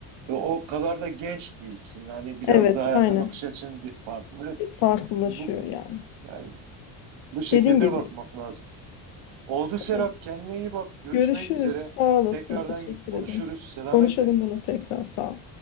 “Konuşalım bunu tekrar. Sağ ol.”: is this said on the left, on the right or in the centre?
Left